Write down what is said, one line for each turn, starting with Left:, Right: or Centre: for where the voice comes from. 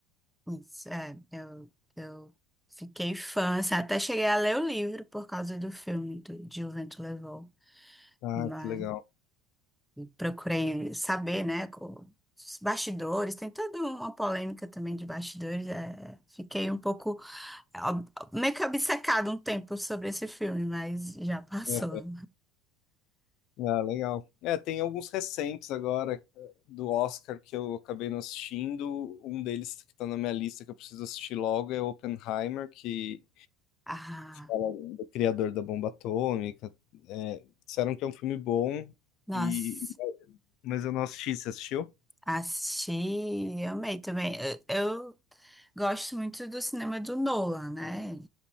Centre: Isso, é, eu, eu fiquei fã, assim, até cheguei a ler o livro por causa do filme do, de O Vento Levou,
Left: Ah,
Centre: mas
Left: que legal.
Centre: procurei saber, né, co- os bastidores, tem toda uma polêmica também de bastidores, é, fiquei um pouco, ob- meio que obcecada um tempo sobre esse filme, mas já passou.
Left: É, ah, legal. É, tem alguns recentes agora eh, do Oscar que eu acabei não assistindo. Um deles que tá na minha lista que eu preciso assistir logo é Oppenheimer, que
Centre: Ah,
Left: fala do criador da bomba atômica. É, disseram que é um filme bom,
Centre: nossa,
Left: e... mas eu não assisti. Você assistiu?
Centre: assisti, amei também, eu, eu Gosto muito do cinema do Nolan, né?